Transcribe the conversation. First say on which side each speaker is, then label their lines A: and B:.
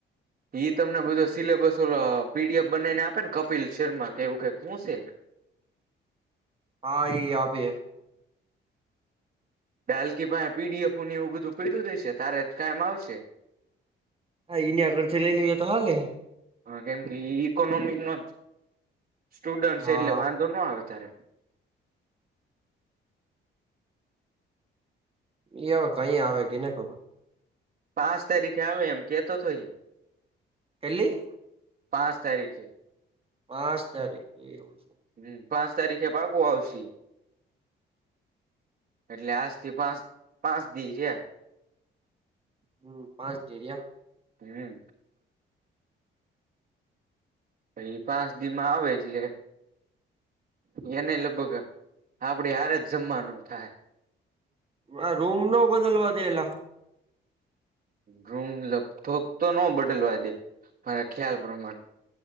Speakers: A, on the right; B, on the right.
A: ઈ તમને બધો સિલેબસ ઓ પીડીએફ બનાવી ને આપે ને? કપિલ શર્મા કે એવું કંઈક શું છે?
B: હા, ઈ આવે.
A: બાલ્કી પાસે પીડીએફની એવું બધું પડું રઈશે, તારે જ કામ આવશે.
B: હા, એને આગળથી લઈ લેએ તો હાલે.
A: હ, કેમ કે ઈકોનોમિક નો સ્ટુડન્ટ છે.
B: હા
A: એટલે વાંધો ના આવે તારે.
B: હવે કહીં આવે કે, ને ખબર?
A: પાંચ તારીખે આવે એમ કેતો ઈ.
B: કર્લી.
A: પાંચ તારીખે.
B: પાંચ તારીખ એવું.
A: હમ, પાંચ તારીખે પાકુ આવશે. એટલે આજ થી પાંચ-પાંચ દિવસ રહ્યા.
B: હમ, પાંચ દિવસ રહ્યા.
A: હમ. હી પાંચ દિવસ મા આવે એટલે. એને લગભગ આપડી હારે જ જમવાનું થાય.
B: આ રૂમ ન બદલવા દેલા.
A: રૂમ લગભગ તો ન બદલવા દે મારા ખ્યાલ પ્રમાણે.